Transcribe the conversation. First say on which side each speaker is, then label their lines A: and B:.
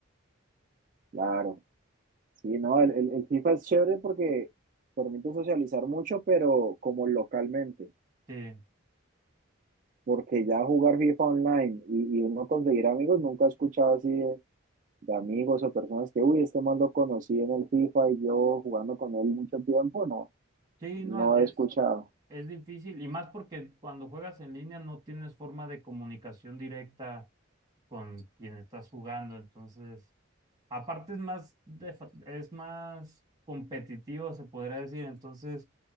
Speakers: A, on the right; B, on the right.
A: Claro, sí, no, el, el, el FIFA es chévere porque permite socializar mucho, pero como localmente,
B: Sí,
A: porque ya jugar FIFA online y, y uno conseguir amigos, nunca he escuchado así de amigos o personas que, uy, este man lo conocí en el FIFA y yo jugando con él mucho tiempo, no,
B: sí,
A: no
B: no, es,
A: he escuchado.
B: es difícil y más porque cuando juegas en línea no tienes forma de comunicación directa con quien estás jugando. Entonces, aparte es más, de- es más competitivo, se podría decir. Entonces,